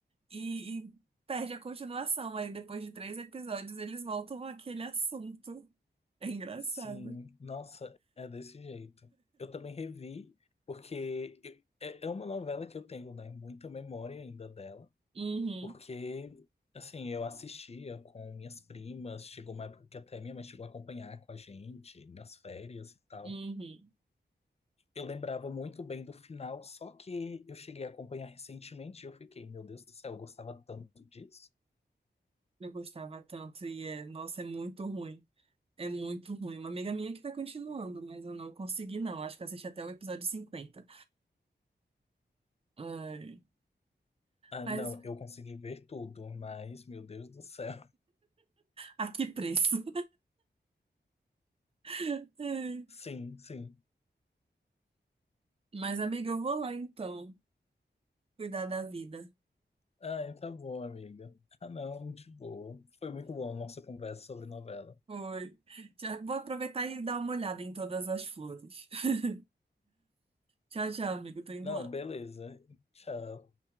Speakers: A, on the right; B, on the left.
A: e, e perde a continuação. Aí depois de três episódios eles voltam àquele assunto. É engraçado.
B: Sim, nossa, é desse jeito. Eu também revi, porque eu- é é uma novela que eu tenho, né? Muita memória ainda dela,
A: Uhum,
B: porque, assim, eu assistia com minhas primas, chegou uma época que até minha mãe chegou a acompanhar com a gente nas férias e tal.
A: uhum.
B: Eu lembrava muito bem do final, só que eu cheguei a acompanhar recentemente e eu fiquei, meu Deus do céu, eu gostava tanto disso.
A: Eu gostava tanto e é, nossa, é muito ruim. É muito ruim. Uma amiga minha que tá continuando, mas eu não consegui, não. Acho que eu assisti até o episódio 50. Ai,
B: Ah,
A: mas
B: não, eu consegui ver tudo, mas, meu Deus do céu. <laughs>
A: a que preço? <laughs> Ai.
B: Sim, sim.
A: Mas, amiga, eu vou lá então, cuidar da vida.
B: Ah, tá bom, amiga. Ah, não, de boa. Foi muito bom a nossa conversa sobre novela.
A: Foi. Já vou aproveitar e dar uma olhada em todas as flores. <laughs> Tchau, tchau, amigo. Tô indo
B: Não,
A: lá.
B: beleza. Tchau.